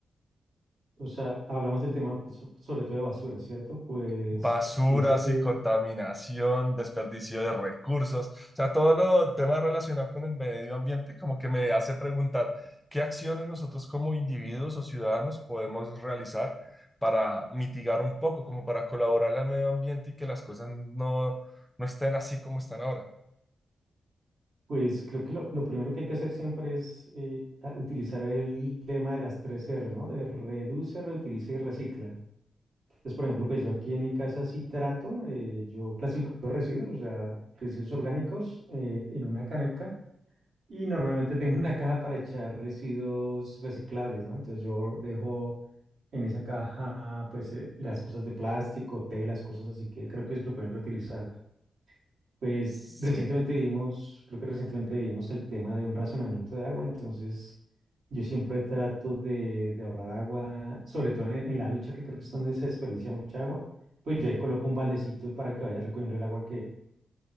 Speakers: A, on the right; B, in the centre.
A: O sea, hablamos del tema pues, so- sobre todo de basura, ¿cierto? Pues
B: basuras
A: si es ese,
B: y contaminación, desperdicio de recursos, o sea, todo lo tema relacionado con el medio ambiente como que me hace preguntar qué acciones nosotros como individuos o ciudadanos podemos realizar para mitigar un poco, como para colaborar al medio ambiente y que las cosas no, no estén así como están ahora.
A: pues creo que lo, lo primero que hay que hacer siempre es eh, a- utilizar el lema de las tres R, ¿no? De reduce, reutiliza y recicla. Entonces, por ejemplo, pues yo aquí en mi casa sí trato, eh, yo clasifico residuos, o sea, residuos orgánicos eh, en una caneca. Y normalmente tengo una caja para echar residuos reciclables, ¿no? Entonces yo dejo en esa caja, pues, eh, las cosas de plástico, telas, cosas así que creo que se pueden reutilizar. Pues
B: Sí,
A: recientemente vivimos, creo que recientemente vivimos el tema de un racionamiento de agua, entonces yo siempre trato de, de ahorrar agua, sobre todo en, el- en la ducha, que creo que es donde se desperdicia mucha agua. Pues yo ahí coloco un baldecito para que vaya recogiendo el agua